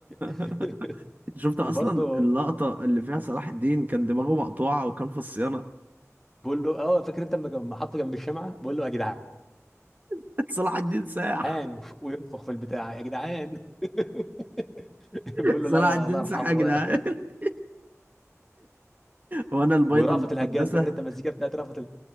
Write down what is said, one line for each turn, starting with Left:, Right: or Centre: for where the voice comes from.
Centre: <laughs>
Right: <laughs> شفت اصلا
Centre: وبرضه
Right: اللقطة اللي فيها صلاح الدين كان دماغه مقطوعة وكان في الصيانة
Centre: بقول له اه فاكر انت لما لما حطه جنب الشمعه بقول له يا
Right: <laughs> صلاح الدين ساح
Centre: جدعان وينفخ في البتاع يا جدعان <laughs> <laughs>
Right: <laughs>
Centre: بيقول له
Right: صلاح
Centre: لا
Right: الدين
Centre: الله يرحمه
Right: ساح يا جدعان
Centre: بقى
Right: <laughs> وانا البيضة
Centre: ورأفت الهجان
Right: المقدسة
Centre: فاكر انت المزيكا بتاعت رأفت ال...